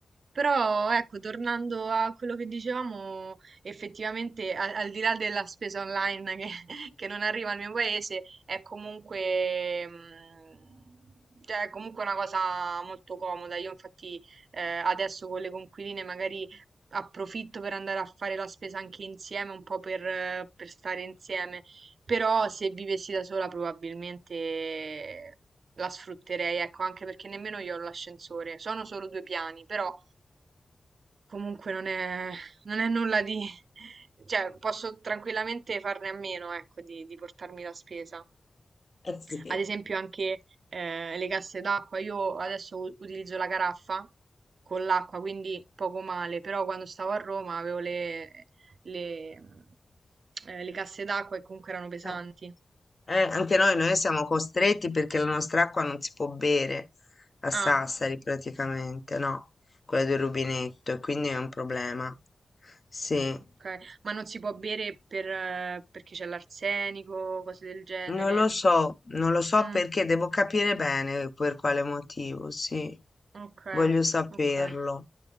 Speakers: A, on the right; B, on the left.
A: Però ecco, tornando a quello che dicevamo, effettivamente a- al, di là della spesa online che, <laughs> che non arriva al mio paese, è comunque, mh, cioè, è comunque una cosa molto comoda. Io infatti eh, adesso con le conquiline magari approfitto per andare a fare la spesa anche insieme, un po' per, eh, per stare insieme. Però se vivessi da sola probabilmente la sfrutterei, ecco, anche perché nemmeno io ho l'ascensore. Sono solo due piani, però... Comunque non è, non è nulla di... <laughs> cioè posso tranquillamente farne a meno, ecco, di, di portarmi la spesa.
B: Eh sì.
A: Ad esempio anche eh, le casse d'acqua, io adesso u- utilizzo la caraffa con l'acqua, quindi poco male, però quando stavo a Roma avevo le, le, mh, eh, le casse d'acqua e comunque erano pesanti.
B: Eh, eh, anche noi, noi siamo costretti perché la nostra acqua non si può bere a
A: Ah,
B: Sassari praticamente, no? Quella del rubinetto, e quindi è un problema. Sì.
A: ok, ma non si può bere per, eh, perché c'è l'arsenico, cose del genere.
B: Non lo so, non lo so
A: Mm,
B: perché, devo capire bene per quale motivo, sì,
A: ok,
B: voglio saperlo.
A: ok.